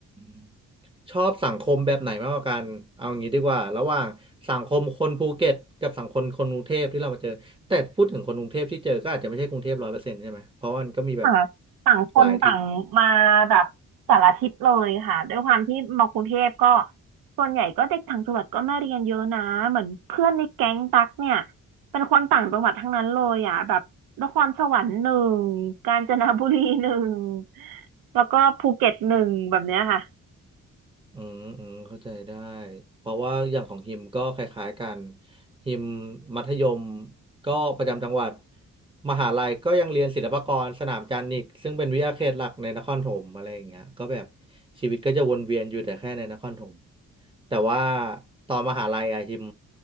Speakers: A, on the right; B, on the right.
A: มชอบสังคมแบบไหนมากกว่ากันเอางี้ดีกว่าระหว่างสังคมคนภูเก็ตกับสังคมคนกรุงเทพที่เรามาเจอแต่พูดถึงคนกรุงเทพที่เจอก็อาจจะไม่ใช่กรุงเทพร้อยเปอร์เซ็นต์ใช่ไหมเพราะมันก็มีแบบ
B: ต่างต่างคนต่างมาแบบสารทิศเลยค่ะด้วยความที่มากรุงเทพก็
A: หลายที่
B: ส่วนใหญ่ก็เด็กต่างจังหวัดก็มาเรียนเยอะนะเหมือนเพื่อนในแก๊งตักเนี่ยเป็นคนต่างจังหวัดทั้งนั้นเลยอ่ะแบบนครสวรรค์หนึ่งกาญจนบุรีหนึ่งแล้วก็ภูเก็ตหนึ่งแบบเนี้ยค่ะ
A: อืมอืมเข้าใจได้เพราะว่าอย่างของฮิมก็คล้ายๆกันฮิมมัธยมก็ประจำจังหวัดมหาลัยก็ยังเรียนศิลปากรสนามจันทร์อีกซึ่งเป็นวิทยาเขตหลักในนครปฐมอะไรอย่างเงี้ยก็แบบชีวิตก็จะวนเวียนอยู่แต่แค่ในนครปฐมแต่ว่าตอนมหาลัยอะฮิม